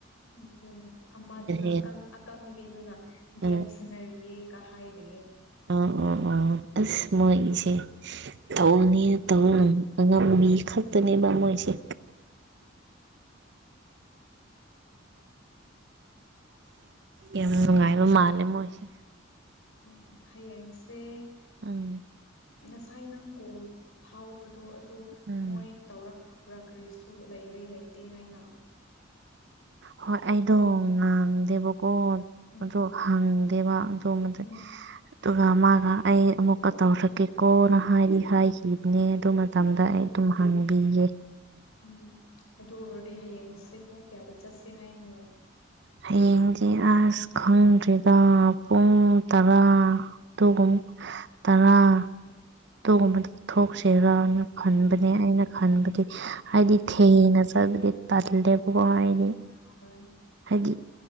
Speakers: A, on the left; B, on the right.
A: ꯎꯝ ꯗꯨꯅꯤ ꯑꯃꯗꯨꯅ
B: ꯍꯦꯟꯅ
A: ꯑꯀꯪ ꯑꯀꯪꯕꯤꯗꯨꯅ ꯒꯦꯝ
B: ꯎꯝ
A: ꯁꯟꯅꯔꯤꯌꯦ ꯀꯥ ꯍꯥꯏꯔꯤꯌꯦ
B: ꯑ ꯑ ꯑ ꯑꯁ ꯃꯣꯏ ꯏꯁꯦ
A: ꯎꯝ
B: ꯇꯧꯅꯤꯅ ꯇꯧ ꯉꯝ ꯑꯉꯝꯕꯤ ꯈꯛꯇꯅꯦꯕ ꯃꯣꯏꯁꯦ ꯌꯥꯝ ꯅꯨꯉꯥꯏꯕ ꯃꯥꯜꯂꯦ ꯃꯣꯏꯁꯦ
A: <unintelligible> ꯍꯌꯦꯡꯁꯦ
B: ꯎꯝ
A: ꯉꯁꯥꯏ ꯅꯪ ꯀꯣꯜ ꯐꯥꯎꯕꯗꯣ ꯑꯗꯣ
B: ꯎꯝ
A: ꯃꯣꯏ ꯇꯧꯔꯛꯄ ꯄ꯭ꯔꯥ ꯀ꯭ꯔꯤꯁꯨ ꯂꯩꯔꯦ ꯂꯩꯇꯦ ꯍꯥꯏꯅ
B: ꯍꯣꯏ ꯑꯩꯗꯣ ꯉꯥꯡꯗꯦꯕꯀꯣ
A: ꯎꯝ
B: ꯑꯗꯣ ꯍꯥꯡꯗꯦꯕ <unintelligible>
A: ꯎꯝ
B: ꯗꯨꯒ ꯃꯥꯒ ꯑꯩ ꯑꯃꯨꯛꯀ ꯇꯧꯔꯛꯀꯦꯀꯣꯅ ꯍꯥꯏꯗꯤ ꯍꯥꯏꯈꯤꯕꯅꯦ ꯑꯗꯨ ꯃꯇꯝꯗ ꯑꯩ ꯗꯨꯝ ꯍꯥꯡꯕꯤꯌꯦ
A: ꯎꯝ ꯑꯗꯨ ꯑꯣꯔꯗꯤ ꯍꯌꯦꯡꯁꯦ ꯄꯨꯡ ꯀꯌꯥꯗ ꯆꯠꯁꯦ ꯍꯥꯏꯅꯣ
B: ꯍꯌꯦꯡꯗꯤ ꯑꯥꯁ ꯈꯪꯗ꯭ꯔꯤꯗ ꯄꯨꯡ ꯇꯔꯥ <unintelligible> ꯇꯔꯥ ꯗꯨꯒꯨꯝꯕꯗꯨ ꯊꯣꯛꯁꯤꯔꯅ ꯈꯟꯕꯅꯦ ꯑꯩꯅ ꯈꯟꯕꯗꯤ ꯍꯥꯏꯗꯤ
A: ꯎꯝ
B: ꯊꯦꯡꯅ ꯆꯕꯗꯤ ꯇꯜꯂꯦꯕꯀꯣ ꯍꯥꯏꯗꯤ
A: <unintelligible>
B: ꯍꯗꯤ